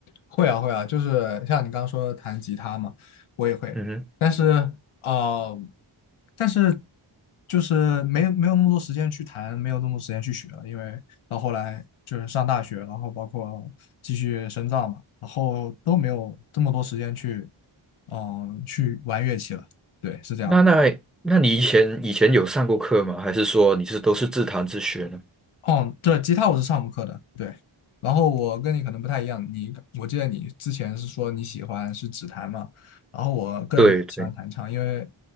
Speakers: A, on the left; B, in the centre.
A: 会啊会啊，就是像你刚刚说的弹吉他嘛，我也会，
B: 嗯哼，
A: 但是啊，但是就是没有没有那么多时间去弹，没有那么多时间去学了，因为到后来就是上大学，然后包括继续深造嘛，然后都没有这么多时间去嗯、呃去玩乐器了。对，是这样的。
B: 那那那你以前以前有上过课吗？还是说你是都是自弹自学呢？
A: 哦，对，吉他我是上过课的，对。然后我跟你可能不太一样，你我记得你之前是说你喜欢是指弹嘛，然后我个人喜欢弹唱，
B: 对对。
A: 因为